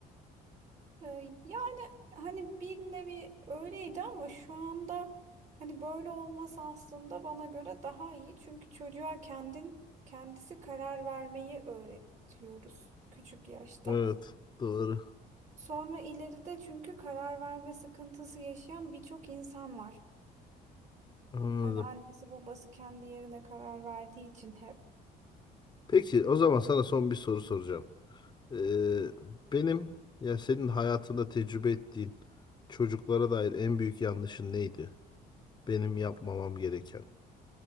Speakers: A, on the right; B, on the left.
A: Ee, yani hani bir nevi öyleydi ama şu anda hani böyle olması aslında bana göre daha iyi. Çünkü çocuğa kendin kendisi karar vermeyi öğretiyoruz küçük yaşta.
B: Evet, doğru.
A: Sonra ileride çünkü karar verme sıkıntısı yaşayan birçok insan var.
B: Anladım.
A: Hani annesi babası kendi yerine karar verdiği için hep.
B: Peki, o zaman sana son bir soru soracağım. Ee, benim, ya senin hayatında tecrübe ettiğin çocuklara dair en büyük yanlışın neydi? Benim yapmamam gereken.